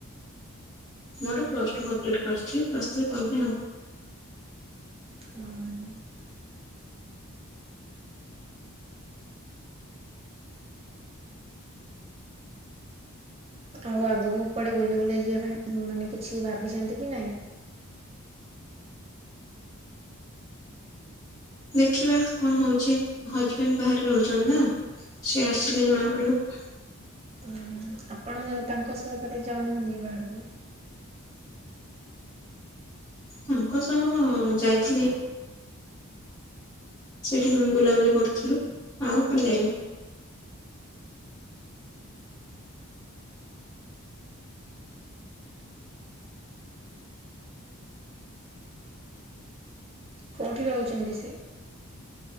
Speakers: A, on the left; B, on the right.
A: ମୋର ପ୍ଲସ୍ ଟୁ କମ୍ପ୍ଲିଟ୍ କରିଛି ପ୍ଲସ୍ ଥ୍ରୀ କନି ଆଉ।
B: ହୁଁ। ଆଉ ଆଗକୁ କଆଡେ ବୁଲି ବୁଲାଇ ଯିବା ପାଇଁ ମାନେ କିଛି ଭାବିଛନ୍ତି କି ନାଇଁ?
A: ଦେଖିବା କଣ ହଉଛି ହଜବେଣ୍ଡ ବାହାରେ ରହୁଛନ୍ତି ନା। ସିଏ ଆସିଲେ ଜଣା ପଡି଼ବ।
B: ହୁଁ। ଆପଣ ତାଙ୍କ ସହ କୁଆଡେ ଯାଉହାନ୍ତି ବାହାରକୁ?
A: ତାଙ୍କ ସହ ଯାଇଥିଲି। ସେଇଠି ବୁଲାବୁଲି କରୁଥିଲୁ ଆଉ କୁଆଡେ ଯାଇନି।
B: କୋଉଠି ରହୁଛନ୍ତି ସେ?